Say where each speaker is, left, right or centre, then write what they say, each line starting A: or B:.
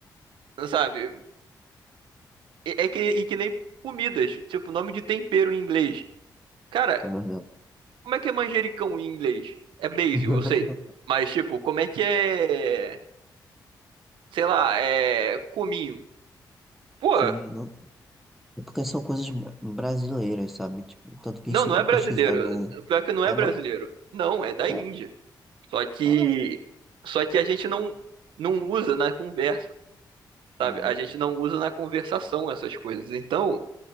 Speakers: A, on the right; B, in the centre.
A: sabe? É que, e que nem comidas, tipo, nome de tempero em inglês. Cara,
B: É verdade.
A: como é que é manjericão em inglês? É basil,
B: <laughs>
A: eu sei. Mas, tipo, como é que é, sei lá, é cominho? Pô,
B: Sim, não. É porque são coisas bra- brasileiras, sabe? Tipo, tanto que
A: não,
B: se
A: não
B: tu
A: é brasileiro.
B: pesquisar no.
A: Pior que não
B: Ah,
A: é brasileiro.
B: não?
A: Não, é da Índia.
B: Sé-
A: Só que,
B: Claro.
A: só que a gente não, não usa na conversa,
B: É.
A: sabe? A gente não usa na conversação essas coisas. Então,